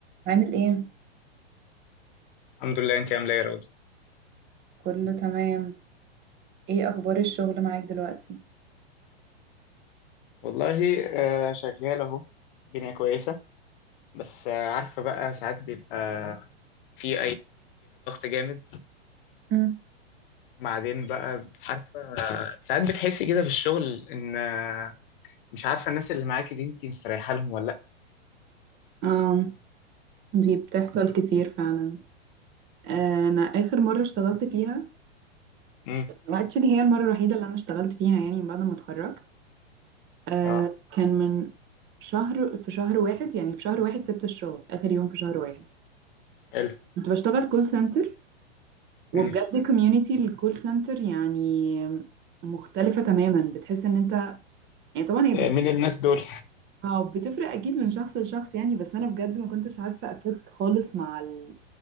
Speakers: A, on the right; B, on the left.
A: عامل ايه
B: الحمد لله انت عامله ايه يا رضوى
A: كله تمام ايه اخبار الشغل معاك دلوقتي
B: والله آه، شغال اهو الدنيا كويسة بس آه، عارفة بقى ساعات بيبقى في جامد
A: مم.
B: بعدين بقى آه، ساعات بتحسي كده في الشغل ان آه، مش عارفة الناس اللي معاكي دي انتي مستريحة لهم ولا لا
A: آم، دي بتحصل كتير فعلا آه، انا اخر مره اشتغلت فيها
B: امم
A: اكشلي هي المره الوحيده اللي انا اشتغلت فيها يعني بعد ما اتخرجت آه،
B: اه
A: كان من شهر في شهر واحد يعني في شهر واحد سبت الشغل اخر يوم في شهر واحد
B: حلو
A: كنت بشتغل كول سنتر وبجد
B: امم
A: كوميونتي الكول سنتر يعني مختلفه تماما بتحس ان انت يعني طبعا هي
B: آه، مين الناس دول
A: اه بتفرق اكيد من شخص لشخص يعني بس انا بجد ما كنتش عارفه افت خالص مع ال...